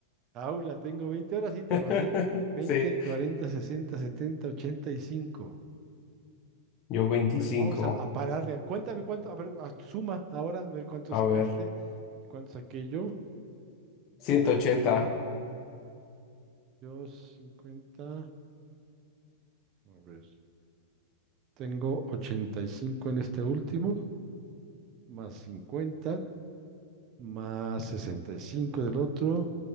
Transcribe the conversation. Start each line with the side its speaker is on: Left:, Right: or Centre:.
Right: jaula. Tengo 20. Ahora sí te
Left: <laughs>
Right: arrasé. veinte,
Left: Sí,
Right: cuarenta, sesenta, setenta, ochenta y cinco.
Left: yo 25.
Right: Bueno, vamos a, a pararle. Cuéntame cuánto. A ver, a- suma ahora, a ver cuánto
Left: a
Right: sacaste
Left: ver,
Right: y cuánto saqué yo.
Left: ciento
Right: A ver,
Left: ochenta.
Right: tenemos yo 50. A ver, tengo 85 en este último, más 50, más 65 del otro,